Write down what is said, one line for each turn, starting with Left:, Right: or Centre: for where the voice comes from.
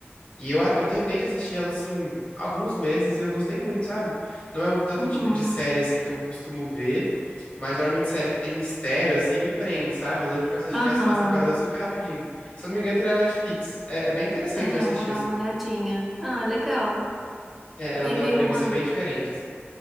Left: E eu, a- eu terminei de assistir ela, assim, alguns meses e eu gostei muito, sabe? Não é o tanto
Centre: Uhum.
Left: tipo de série, assim, que eu costumo ver, mas geralmente série que tem mistério, assim, me prende, sabe? Eu lembro que eu assisti
Centre: Aham.
Left: as, as temporadas super rapidinho. Se eu não me engano, tem na Netflix. É, é bem interessante
Centre: Ah,
Left: de assistir,
Centre: vou dar
Left: assim.
Centre: uma olhadinha. Ah, legal.
Left: É, ela
Centre: Teve
Left: tem uma premissa
Centre: uma,
Left: bem diferente, assim.